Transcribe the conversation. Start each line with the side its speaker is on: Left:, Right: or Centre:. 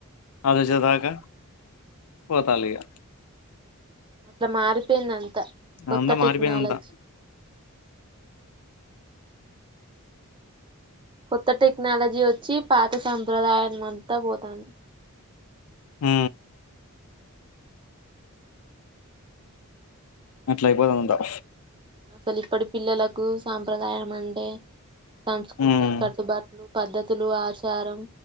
Left: అద చతాక పోతాలిగా
Right: అట్లా మారిపోయిం తా కొత్త
Left: అంతా
Right: టెక్నాలజీ
Left: మారిపోయింది అంతా
Right: కొత్త టెక్నాలజీ వచ్చి పాత సంప్రదాయం అంతా పోతాంది
Left: మ్ అట్లా అయిపోయిది అంత
Right: వెలిపడి పిల్లలకు సాంప్రదాయం అంటే సంస్కృతి
Left: ఉమ్
Right: కట్టుబాట్లు పద్ధతులు ఆచారం